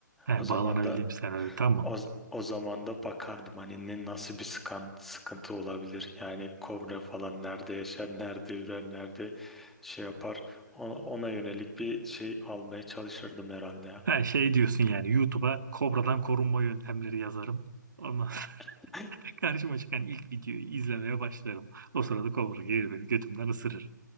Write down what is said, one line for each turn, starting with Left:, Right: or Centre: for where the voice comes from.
Right: He,
Centre: O zaman
Right: bağlanabildiğim
Centre: da
Right: senaryo tamam.
Centre: o, o zaman da bakardım hani ne nasıl bir sıkan, sıkıntı olabilir. Yani kobra falan nerede yaşar, nerede ürer, nerede şey yapar. Ona, ona yönelik bir şey almaya çalışırdım herhalde ya.
Right: Ha, şey diyorsun yani YouTube'a kobradan korunma yöntemleri yazarım. Ondan sonra <laughs>
Centre: <laughs>
Right: karşıma çıkan ilk videoyu izlemeye başlarım. O sırada kobra gelir beni götümden ısırır.